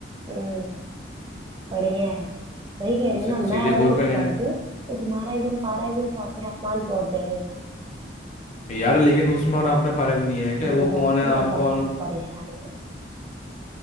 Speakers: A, on the right; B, on the left.
A: हम्म बढ़िया है
B: हम्म,
A: वही कह
B: वो
A: रही
B: सीधे
A: हूँ ना
B: सीधे
A: मैं अगर
B: गोर
A: कुछ
B: में गए
A: कर
B: हैं
A: दूँ तो तुम्हारा एकदम पारा एकदम सातवें आसमान पहुंच जाएगा कि
B: यार लेकिन उसमें और आप में फर्क नहीं है क्या
A: तुम
B: वो
A: बस
B: कौन है आप
A: ना बस
B: कौन हो
A: परेशानी करो